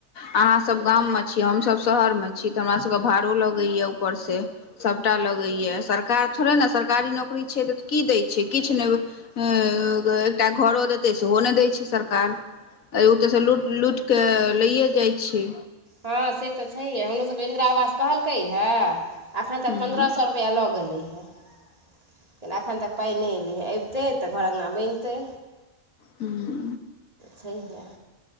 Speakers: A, on the left; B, on the right.
A: अहाँसभ गाममे छी हमसभ शहरमे छी तऽ हमर सभभके भाड़ो लगैएा ऊपरसँ सभटा लगैए सरकार थोड़े ने सरकारी नौकरी छै तऽ की दै छै किछ नहि <unintelligible> एकटा घरो दे देते सेहो नहि दै छै सरकार ओतऽसँ लुट लुट क लैए जाइ छै
B: हँ से तऽ छैहे। हमरो सभके इन्दिरा आवास कहलकै हे अखन तक
A: हूँ
B: पन्द्रह सौ रुपैया लऽ गेलै हँ, <inaudible> तैले एखन तक पाइ नहि एलै हैं एतऽ तऽ घर अगना बनतै।
A: हू।
B: छै हे।